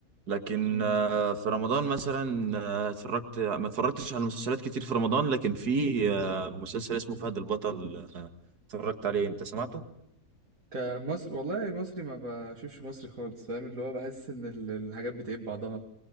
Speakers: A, on the right; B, on the right.
A: لكن
B: امم
A: آه، في رمضان مثلا آه، اتفرجت ما اتفرجتش على مسلسلات كتير في رمضان لكن في آه، مسلسل اسمه فهد البطل آه، اتفرجت عليه انت سمعته؟
B: كمصر والله مصري ما بشوفش مصري خالص فاهم اللي هو بحس ان ال- الحاجات بتعيب بعضها